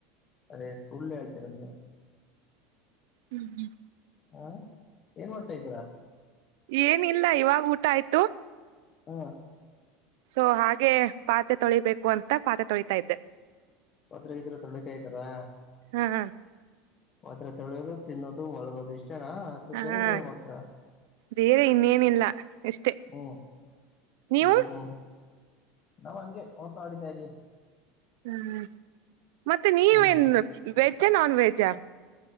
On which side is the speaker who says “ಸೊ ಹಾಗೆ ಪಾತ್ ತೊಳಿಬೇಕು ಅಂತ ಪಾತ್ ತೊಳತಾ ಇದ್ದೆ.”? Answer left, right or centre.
Right